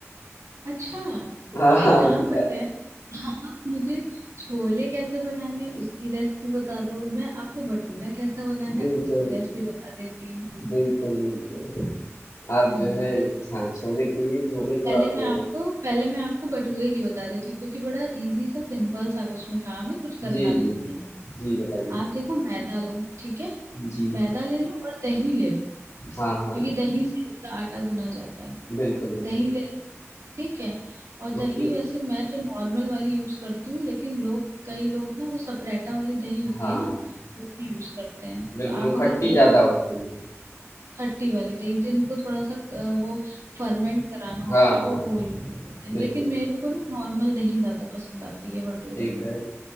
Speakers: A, on the right; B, on the left.
A: अच्छा
B: हैं हाँ
A: तो एक
B: हाँ
A: काम
B: उल्टा
A: करते हैं आप मुझे छोले कैसे बनाने हैं उसकी रेसिपी बता दो मैं आपको भटूरा कैसा बनाना
B: बिल्कुल
A: है उसकी रेसिपी बता देती हूँ
B: बिल्कुल बिल्कुल आप
A: हम्म।
B: जो है हाँ छोले के लिए छोले को
A: पहले
B: आप
A: मैं आपको पहले मैं आपको भटूरे की बता देती हूँ क्योंकि बड़ा इजी सा सिंपल सा उसमें काम है कुछ करना
B: जी, जी।
A: भी नहीं है जब
B: जी, बताइए।
A: आप देखो मैदा लो ठीक है
B: जी।
A: मैदा ले लो और दही ले लो
B: हाँ, हाँ।
A: क्योंकि दही से इसका आटा गुना जाता है
B: बिल्कुल, बिल्कुल।
A: दही ले लो ठीक है और दही
B: ओके।
A: वैसे मैं तो नॉर्मल वाली यूज करती हूँ लेकिन लोग कई लोग ना वो सपरेटा वाली दही होती
B: हाँ,
A: है ना वो भी यूज करते हैं
B: बिल्कुल
A: तो आप
B: वो
A: अगर
B: खट्टी
A: वो
B: ज़्यादा होती है।
A: खट्टी वाली दही जिनको थोड़ा सा अ, वो फर्मेंट कराना होता
B: हाँ,
A: है वो
B: हाँ, हाँ।
A: वो यूज करते हैं
B: बिल्कुल,
A: लेकिन मेरे को ना नॉर्मल दही ज्यादा पसंद आती है भटूरे
B: ठीक
A: में
B: है।